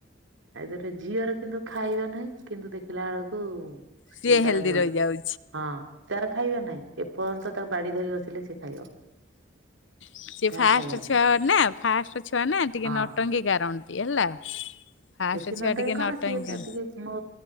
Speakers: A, on the right; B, on the left.
A: ଏ ତଟ ଝିଅର କିନ୍ତୁ ଖାଇବା ନାହିଁ କିନ୍ତୁ ଦେଖିଲା ବେଳକୁ
B: ସିଏ
A: ତାର
B: ହେଲଦି
A: ଗ୍ରୋଥ
B: ରହିଯାଉ
A: ହଁ ତାର ଖାଇବା ନାଇଁ ଏପର୍ଯ୍ୟନ୍ତ ତାକୁ ବାଡି ଧରିକି ବସିଲେ ସେ ଖାଇବ।
B: ସେ
A: ତାର
B: ଫାଷ୍ଟ
A: ଖାଇବା
B: ଛୁଆ
A: ନାହିଁ
B: ନା ଫାଷ୍ଟ ଛୁଆ ନା ଟିକେ
A: ହଁ
B: ନଟ ଙ୍କି କରନ୍ତି ହେଲା। ଫାଷ୍ଟ
A: ବେଶୀ ନଟଙ୍କି
B: ଛୁଆ ଟିକେ
A: କଣ
B: ନଟଙ୍ଗୀ
A: ସିଏ ଟିକେ ମୋ